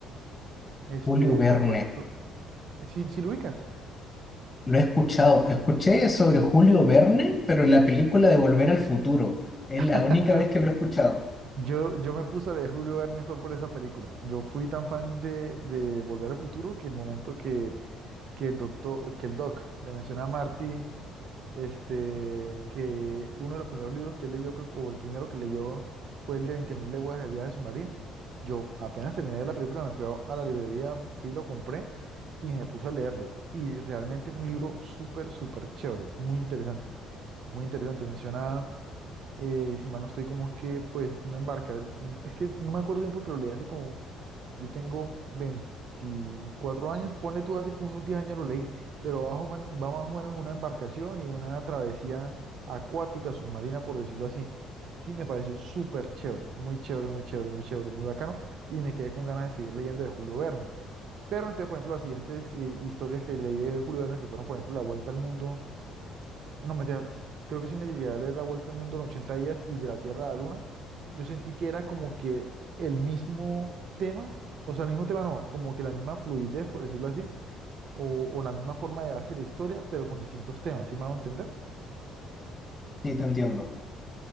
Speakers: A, on the right; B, on the left.
A: Este,
B: Julio Verne.
A: entonces, por ejemplo, si, si lo ubicas,
B: Lo he escuchado. Escuché sobre Julio Verne, pero en la película de Volver al Futuro. Es la
A: <laughs>
B: única
A: yo,
B: vez que lo he escuchado.
A: yo, yo me puse a leer Julio Verne fue por esa película. Yo fui tan fan de, de Volver al Futuro que el momento que que el doctor, que el doc le menciona a Marty, este, que uno de los primeros libros que él leyó, creo, o el primero que leyó fue el de veinte mil leguas de viaje submarino. Yo apenas terminé de ver la película, me fui a, a la librería, fui, lo compré y me puse a leerlo. Y realmente es un libro súper, súper chévere, muy interesante, muy interesante. Menciona, eh, si mal no estoy, como es que, pues, una embarca, es que no me acuerdo bien porque lo leí hace como yo tengo 24 años, ponle tú hace unos 10 años lo leí, pero bajo, bueno, va más o menos una embarcación y una travesía acuática, submarina, por decirlo así. Sí, me pareció súper chévere, muy chévere, muy chévere, muy chévere, muy bacano, y me quedé con ganas de seguir leyendo de Julio Verne. Pero entonces, por ejemplo, las siguientes eh, historias que leí de Julio Verne, que fueron, por ejemplo, La Vuelta al Mundo Ah, No, mentira, sí, creo que sí me llegué a leer La Vuelta al Mundo en ochenta días y de la Tierra a la Luna. Yo sentí que era como que el mismo tema, o sea, el mismo tema no, como que la misma fluidez, por decirlo así, o, o la misma forma de darse la historia, pero con distintos temas, ¿sí me hago entender?
B: Sí, te entiendo.